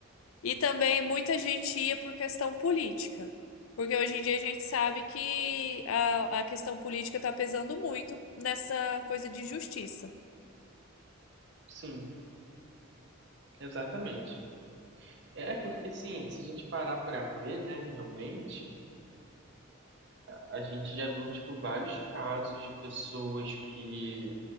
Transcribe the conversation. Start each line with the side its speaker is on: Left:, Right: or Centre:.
Left: e também muita gente ia por questão política. Porque hoje em dia a gente sabe que a, a questão política está pesando muito nessa coisa de justiça.
Right: Sim, exatamente. É é porque, assim, se a gente parar pra ver, né, realmente, a gente já viu, tipo, vários casos de pessoas que